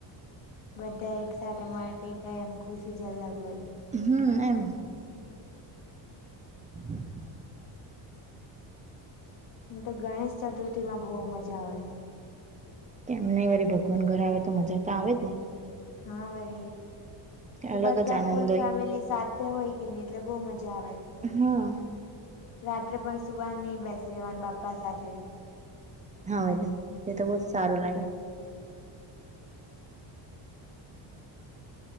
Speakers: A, on the left (about 80°); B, on the right (about 15°).
A: બધા એકસાથ મળે દટેકાય એમ ખુશી જ અલગ હોય.
B: હુ એમ. હમ <unintelligible>
A: હું તો ગણેશ ચતુર્થી માં બહુ મજા આવે.
B: કેમ ન વરી ભગવાન ઘર આવે તો મજા તો આવે જ ને.
A: હા વરી.
B: અલગ
A: બધા
B: જ આનંદ
A: ફૂલ
B: હોય
A: ફેમિલી સાથે હોય કે નહિ એટલે બહુ મજા આવે.
B: હા
A: રાત્રે પણ સુવાન નહી બેસી રહેવાનું બાપ્પા સાથે.
B: હાવે તે તો બહુ જ સારું લાગે.